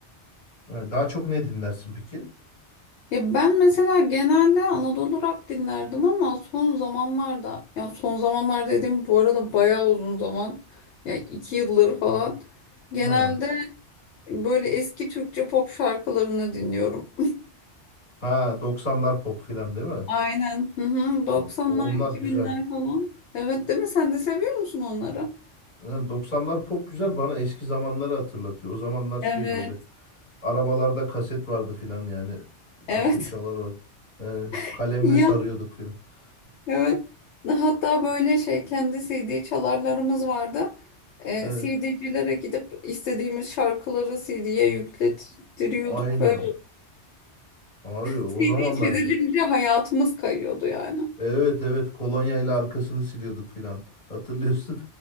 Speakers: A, on the left; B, on the left.
A: Yani daha çok ne dinlersin peki?
B: Ya ben mesela genelde Anadolu rock dinlerdim ama son zamanlarda ya son zamanlar dediğim bu arada bayağı uzun zaman ya iki yılları falan genelde
A: Ha,
B: böyle eski Türkçe pop şarkılarını dinliyorum.
A: ha 90'lar pop filan değil
B: <laughs>
A: mi?
B: Aynen. Hı hı. 90'lar
A: Ha, o- onlar
B: 2000'ler
A: güzel.
B: falan. Evet değil mi? Sen de seviyor musun onları?
A: Ha, 90'lar pop güzel bana eski zamanları hatırlatıyor. O zamanlar şey
B: Evet.
A: böyle Arabalarda kaset vardı filan yani. Kaset
B: Evet.
A: çalar var. Yani kalemle
B: <laughs> Ya
A: sarıyorduk filan. <laughs>
B: Evet. Hatta böyle şey kendi CD çalarlarımız vardı. Ee,
A: Evet.
B: CD'cilere gidip istediğimiz şarkıları CD'ye yüklettiriyorduk
A: Aynen.
B: ve
A: Abi
B: CD
A: o zamanlar
B: çizilince hayatımız kayıyordu yani.
A: evet evet kolonyayla arkasını siliyorduk filan. Hatırlıyorsun.